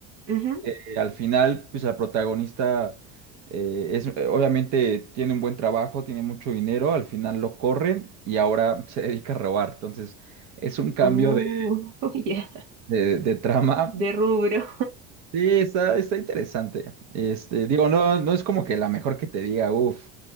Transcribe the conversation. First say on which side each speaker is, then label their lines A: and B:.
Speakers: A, on the right; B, on the right.
A: ujú,
B: que al final, pues la protagonista eh, es, eh, obviamente tiene un buen trabajo, tiene mucho dinero, al final lo corren y ahora <laughs> se dedica a robar. Entonces, es un cambio
A: uh,
B: de,
A: <laughs> ya.
B: de- de trama,
A: De rubro,
B: Sí, está, está interesante. Este, digo, no, no es como que la mejor que te diga, uff,